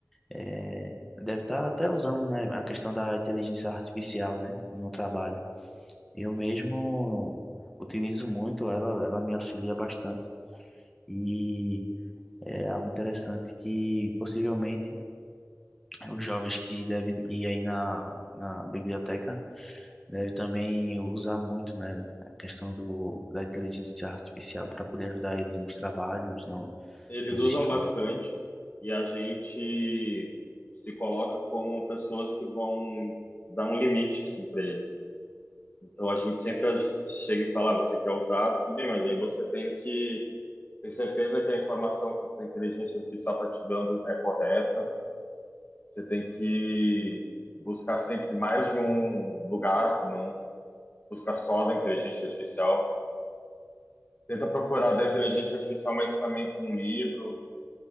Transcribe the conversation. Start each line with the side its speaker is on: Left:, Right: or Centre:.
Centre: é, deve estar até usando, né, a questão da inteligência artificial, né, no trabalho. Eu mesmo utilizo muito ela, ela me auxilia bastante e é algo interessante que possivelmente os jovens que devem ir aí na, na biblioteca deve também usar muito, né, a questão do, da inteligência artificial para poder ajudar eles nos trabalhos, no,
Left: Eles
Centre: nos
Left: usam
Centre: estudos.
Left: bastante e a gente se coloca como pessoas que vão dar um limite assim, para eles. Então a gente sempre chega e fala: ah, você quer usar? Tudo bem, mas aí você tem que ter certeza que a informação que essa inteligência artificial está te dando é correta. Você tem que buscar sempre mais de um lugar, não busca só da inteligência artificial. Tenta procurar da inteligência artificial, mas também com um livro,